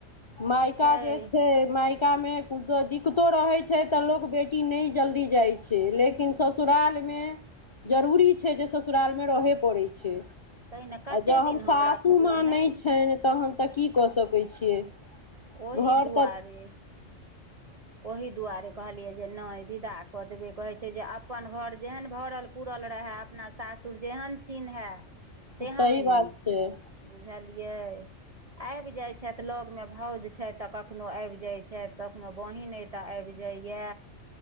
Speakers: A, on the left; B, on the right.
A: माइका
B: छै
A: जे छैय माइ कामे कुनो दिक्कतो रहै छैय त लोक बेटी नै जल्दी जाइ छैय लेक किन ससुरालमे जरूरी छैय जे ससुरालमे रहैए पड़ै छैय। आ
B: तै ने कते
A: जहन
B: दिन
A: सासू
B: हम रखबै
A: माँ
B: नहि
A: नै छै तहन त की कऽ सकै छियै।
B: ओहि
A: घर
B: दुआरे।
A: तऽ
B: ओही दुआरे कहलियै जे नय विदा कऽ देबै कहै छैय जे अपन घर जेहन भरल पूरल रहे अपना सासुर जेहन चिन्है तेहन
A: सही बात
B: नीक।
A: छै
B: बुझलियै। आइब जाइ छैथ लऽगमे भौज छैथ त कखनो आइब जाइ छैथ कखनो बहिन अय त आइब जाइए।